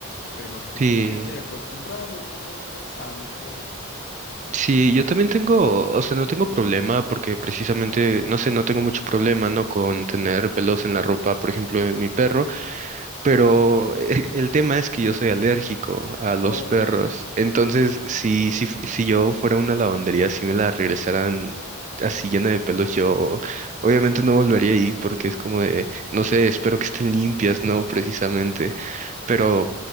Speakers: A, on the left; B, on the right.
A: Pero pues
B: sí,
A: ya estoy acostumbrado, entonces quién sabe qué voy a hacer.
B: sí, yo también tengo, o sea, no tengo problema porque precisamente, no sé, no tengo mucho problema, ¿no? Con tener pelos en la ropa, por ejemplo, de mi perro. Pero eh, el tema es que yo soy alérgico a los
A: Oh,
B: perros. Entonces, si, si, fu- si yo fuera a una lavandería, si me la regresaran así llena de pelos, yo obviamente no volvería ahí porque es como de, no sé, espero que estén limpias,
A: sí,
B: ¿no? Precisamente. Pero,